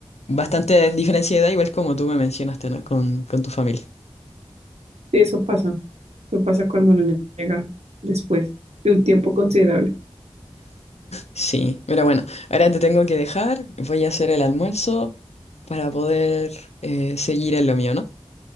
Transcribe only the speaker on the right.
Sí, eso pasa. Eso pasa cuando uno llega después de un tiempo considerable.